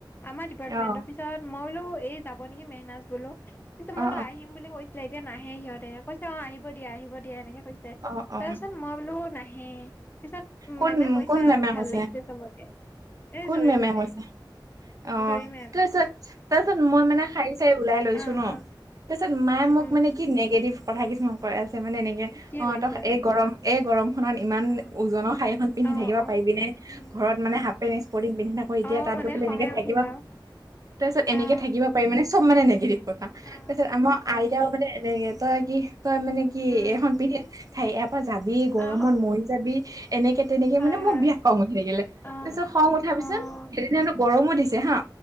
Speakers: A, on the left; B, on the right.
A: আমাৰ ডিপাৰ্টমেন্টৰ
B: অ
A: পিছত মই বোলো এই যাব নেকি মেহনাজ বোলো পিছত মই
B: অ
A: বোলো আহিম বুলি কৈ এতিয়া নাহে সিহঁতে কৈছে অ আহিব দিয়া আহিব দিয়া এনেকে কৈছে
B: অ অ
A: তাৰপাছত
B: অ
A: মই বোলো না হে পিছত উ
B: কোন
A: মেমে কৈছা
B: কোন মেমে
A: ভাল
B: কৈছে
A: লাগিছে চবকে এ
B: কোন
A: জুৰি মেমে
B: কৈছে অ
A: জৰি মেম
B: তাৰপিছত তাৰপিছত মই মানে শাৰী চাৰী ওলাই লৈছো
A: অ
B: ন
A: অ
B: তাৰপিছত মায়ে
A: উম
B: মোক
A: উম
B: মানে কি নিগেটিভ কথা কিছুমান কৈ আছে মানে এনেকে
A: কি
B: অ
A: কৰিছে
B: তহ এই গৰম এই গৰম খনত ইমান
A: অ অ
B: ওজনৰ শাৰীখন পিন্ধি
A: অ
B: থাকিব
A: অ
B: পাৰিবিনে
A: উম
B: ঘৰত মানে হাপে নি স্পৰ্টিং পিন্ধি থাকো এতিয়া
A: অ
B: তাত
A: মানে
B: গৈ পেলাই
A: খঙে
B: এনেকে থাকিব।
A: উঠিল আৰু
B: তাৰপিছত এনেকে
A: অ
B: থাকিব পাৰিম মানে চব মানে নিগেটিভ কথা
A: অ
B: তাৰপিছত আমাৰ
A: অ অ
B: আইতাও মানে এনে তই কি তই মানে কি
A: উম
B: এইখন পিন্ধি ঠাই ইয়াৰ পৰা যাবি গৰমত
A: অ
B: মৰি যাবি এনেকে এনেকে তেনেকে
A: হয়
B: মানে মোক
A: হয়
B: বিৰাত খং উঠি থাকিলে
A: অ',
B: তাৰপিছত খং উঠাৰ পিছত
A: অ',
B: সেইদিনানো গৰমো দিছে হা।